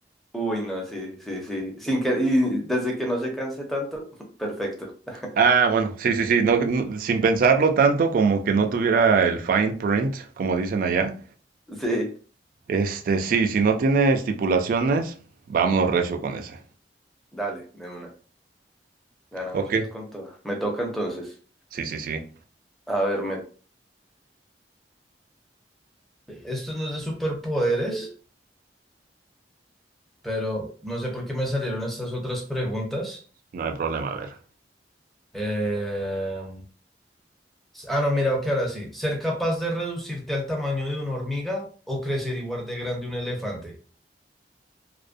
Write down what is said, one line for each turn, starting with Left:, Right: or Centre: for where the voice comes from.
Centre: Uy, no, sí, sí, sí. Sin que, y desde que no se canse tanto, <laughs> perfecto. <laughs>
Right: Ah, bueno, sí, sí, sí, no, no, sin pensarlo tanto como que no tuviera el fine print, como dicen allá.
Centre: Sí,
Right: Este, sí, si no tiene estipulaciones, vámonos recio con ese.
Centre: dale, de una. Ganamos
Right: Ok,
Centre: con todo. Me toca entonces.
Right: Sí, sí, sí.
Centre: A ver, me... Esto no es de superpoderes, pero no sé por qué me salieron estas otras preguntas.
Right: No hay problema, a ver.
Centre: Eh, Ah, no, mira, ok, ahora sí. Ser capaz de reducirte al tamaño de una hormiga o crecer igual de grande un elefante.